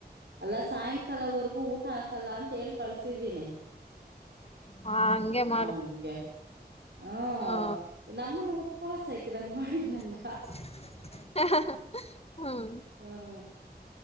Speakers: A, on the right; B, on the left.
A: ಅಲ್ಲ ಸಾಯಂಕಾಲವರೆಗೂ ಊಟ ಹಾಕಲ್ಲ ಅಂತ ಹೇಳ್ ಕಳ್ಸ ಟಿದ್ದೀನಿ
B: ಹ ಹಂಗೆ ಮಾಡು
A: ಅವನ್ಗೆ ಹ್ಮ
B: ಹ
A: ನಮ್ಮನು ಪಾಸ್ <unintelligible> ಹಂಗ್ ಮಾಡಿದ್ನಲ್ಲ.
B: <inaudible> ಹ ಹ ಹಮ್
A: ಹಾ